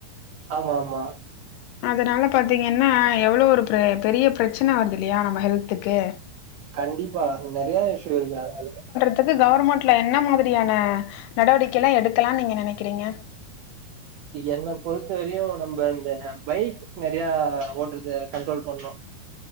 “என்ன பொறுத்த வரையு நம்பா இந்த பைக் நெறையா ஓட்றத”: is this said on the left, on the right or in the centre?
Right